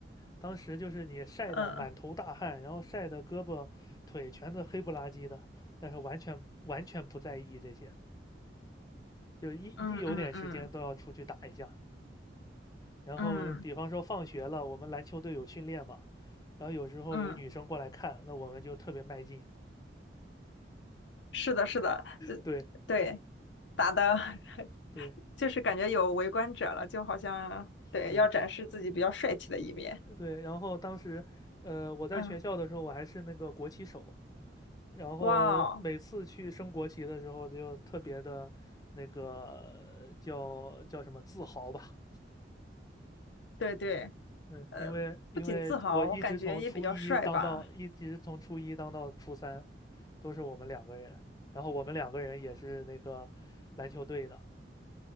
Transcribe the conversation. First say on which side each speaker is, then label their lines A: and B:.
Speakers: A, on the left; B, on the left.
A: 当时就是你晒得满头大汗，
B: 嗯
A: 然后晒得胳膊腿全是黑不拉几的，但是完全完全不在意这些，就一一有点时间都要出去打一下。
B: 嗯嗯嗯
A: 然后，
B: 嗯
A: 比方说放学了，我们篮球队有训练嘛，然后有时候有女生过来看，
B: 嗯，
A: 那我们就特别卖劲。
B: 是的，是的，就
A: 对
B: 对。打的，<laughs>
A: 对
B: 就是感觉有围观者了，就好像对要展示自己比较帅气的一面。
A: 对对，然后当时，呃，我在学校的时候，
B: 嗯，
A: 我还是那个国旗手，然后每次去升国旗的时候，
B: 哇哦，
A: 就特别的那个叫叫什么自豪吧。
B: 对对，
A: 嗯，
B: 呃，
A: 因为因为我一直从初一当到一直从初一当到初三，
B: 不仅自豪，我感觉也比较帅吧。
A: 都是我们两个人。然后我们两个人也是那个篮球队的。